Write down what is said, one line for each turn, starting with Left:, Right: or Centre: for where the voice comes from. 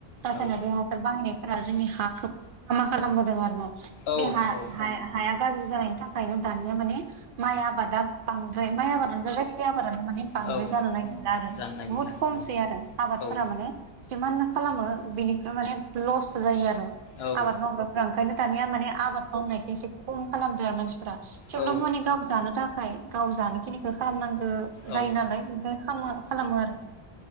Right: रासायनारि
Left: औ
Right: हासार बाहायनायफोरा जोंनि हाखौबो मा खालामगोन आरोना
Left: औ
Right: बे हा
Left: औ
Right: हाया हाया गाज्रि जानायनि थाखायनो दानिया माने माइ आबादा बांद्राय माय आबादानो जा जायखिया आबादानो मानि बांद्राय
Left: औ
Right: द्राय जानो नागिरला आरो
Left: जानो नागिरला
Right: बुहुत खमसै
Left: औ
Right: आरो आबादफोरा
Left: औ
Right: माने जिमाननो खालामो बिनिफ्राय माने लससो जायो आरो।
Left: औ
Right: आबाद मावग्राफ्रा ओंखायनो दानिया माने आबाद मावनायखौ एसे खम खालामदों आ मानस फ्रा थेवब्लाबो
Left: औ
Right: माने गाव जानो थाख थाखाय गाव जानायखिनिखौ खालामनांग गो जायो
Left: औ
Right: नालाय। खामो खालामो